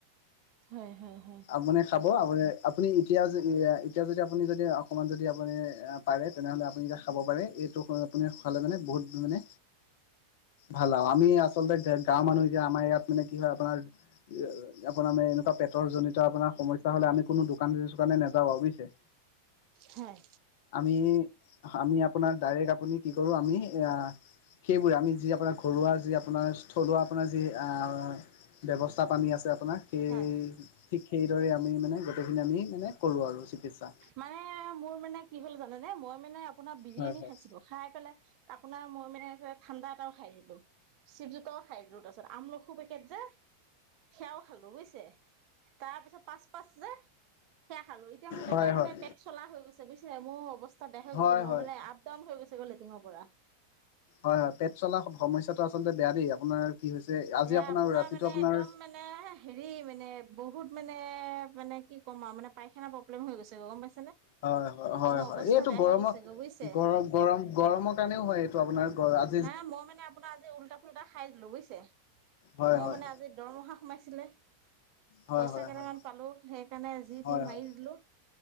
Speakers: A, on the right; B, on the left.
A: হয়, হয়, হয়।
B: আপুনি খাব আপুনি, আপুনি এতিয়া-য এতিয়া যদি আপুনি যদি, অকণমান যদি আপুনি আ পাৰে তেনেহ'লে আপুনি এতিয়া খাব পাৰে, এইটো আপুনি খালে মানে বহুত মানে ভাল আৰু আমি আচলতে গ-গাঁওৰ মানুহ যে, আমাৰ ইয়াত মানে কি হয়, আপোনাৰ আপোনাৰ মানে এনেকুৱা পেটৰজনিত আপোনাৰ সমস্যা হ'লে আমি কোনো দোকানে চোকানে নাযাওঁ আৰু বুইছে।
A: হয়,
B: আমি, আমি আপোনাৰ ডাইৰেক্ট আপুনি কি কৰোঁ আমি এয়া সেইবোৰে আমি যি আপোনাৰ ঘৰুৱা, যি আপোনাৰ থলুৱা আপোনাৰ যি আ ব্যৱস্থা পানী আছে আপোনাক সেই
A: হয়।
B: ঠিক সেইদৰে আমি মানে গোটেইখিনি আমি মানে কৰোঁ আৰু চিকিৎসা।
A: মানে মোৰ মানে কি হ'ল জানানে? মই মানে আপোনাৰ বিৰিয়ানী
B: হয় হয়।
A: খাইছিলোঁ। খাই পেলাই আপোনাৰ মই মানে ঠাণ্ডা এটাও খাই দিলোঁ। চিপচ দুটাও খাই দিলোঁ, তাৰপিছত আমলখু পেকেট যে সেয়াও খালোঁ বুইছে, তাৰপিছত পাচ পাছ যে, সেয়া খালোঁ, এতিয়া মোৰ
B: হয়
A: গোটেই
B: হয়
A: মানে পেট চলা হৈ গৈছে বুইছে মোৰ অৱস্থা বেয়া হৈ
B: হয়
A: গৈছে, মোৰ
B: হয়।
A: মানে আপ, ডাউন হৈ গৈছে গৈ লেটিঙৰ পৰা।
B: হয়, হয়, পেট চলা সমস্যাটো আচলতে বেয়া দেই, আপোনাৰ কি হৈছে আজি
A: এ
B: আপোনাৰ ৰাতিটো
A: মানে
B: আপোনাৰ
A: একদম মানে হেৰি মানে বহুত মানে, মানে কি ক'ম আৰু মানে পায়খানা প্ৰব্লেম হৈ গৈছে গৈ গম <unintelligible>
B: হয়, হয়,
A: মোৰ
B: হয়,
A: অৱস্থা
B: এইটো
A: বেয়া
B: গৰমৰ,
A: হৈ গৈছে গৈ বুজিছে
B: গৰম-গৰম-গৰম কাৰণেও হয়, এই ত' আপোনাৰ <unintelligible>
A: নাই মই মানে আপোনাৰ আজি উল্টা ফুল্টা খাই দিলোঁ বুইছে।
B: হয়
A: মই
B: হয়
A: মানে দৰমহা সোমাইছিলে।
B: হয়
A: পইচা
B: হয়
A: কেইটামান
B: হয়
A: পালোঁ, সেইকাৰণে যি,
B: হয়
A: তি মাৰি
B: হয়।
A: দিলোঁ।